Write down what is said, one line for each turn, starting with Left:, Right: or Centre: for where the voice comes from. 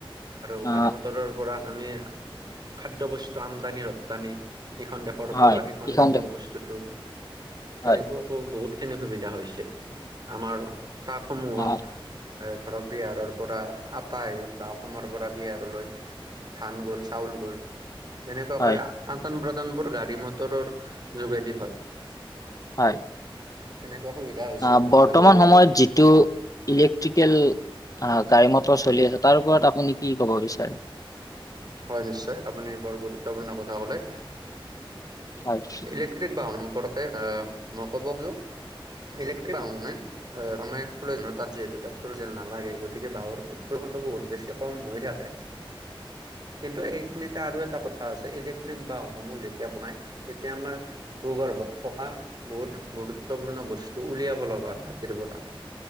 Right: আৰু
Left: আহ
Right: গাড়ী মটৰৰ পৰা। আমি, খাদ্য বস্তু আমদানি ৰপ্তানি, এইখন দেশ- শৰ
Left: হয়
Right: পৰা সেখন
Left: এইখন
Right: দেশৰ বস্তুতটো,
Left: হয়
Right: তেনেকুৱাকো বহুতখিনি সুবিধা হৈছে। আমাৰ ফ্ৰাকসমূহত।
Left: আহ
Right: এ ধৰক বিহাৰৰ পৰা আটা আহিল বা অসমৰ পৰা বিহাৰলৈ। ধান গ'ল, চাউল গ'ল। তেনেকুৱাকৈ
Left: হয়
Right: আদান প্ৰদানবোৰ গাড়ী মটৰৰ, যোগেদি হয়।
Left: হয়।
Right: তেনেকুৱা সুবিধা হয়। হৈছে
Left: আহ বৰ্তমান
Right: আৰু
Left: সময়ত যিটো। ইলেক্ট্ৰিকেল, গাড়ী মটৰ চলি আছে তাৰ ওপৰত আপুনি কি ক'ব বিচাৰে।
Right: হয় নিশ্চয় আপুনি বৰ গুৰুত্বপূৰ্ণ কথা ক'লে।
Left: হয়
Right: ইলেক্ট্ৰিক বাহন সম্পৰ্কে মই ক'ব খোজোঁ ইলেক্ট্ৰিক বাহনে। অ আমাৰ সকলো ধৰণৰ তাত যিহেতু পেট্ৰল ডিজেল নালাগে গতিকে বাহৰ প্ৰদূষণটো বহুত বেছি কম হৈ থাকে।
Left: <inaudible>
Right: কিন্তু এইখিনিতে আৰু এটা কথা আছে ইলেক্ট্ৰনিক বাহনসমূহ যেতিয়া বনাই। তেতিয়া আমাৰ। ভূগৰ্ভত থকা বহুত গুৰুত্বপূৰ্ণ বস্তু উলিয়াব লগা হয় মাটিৰ পৰা।